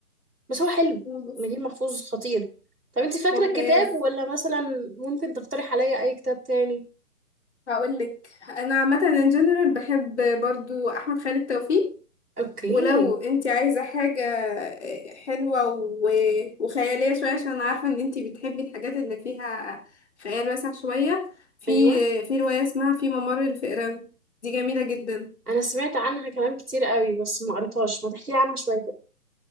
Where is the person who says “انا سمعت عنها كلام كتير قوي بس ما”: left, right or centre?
Right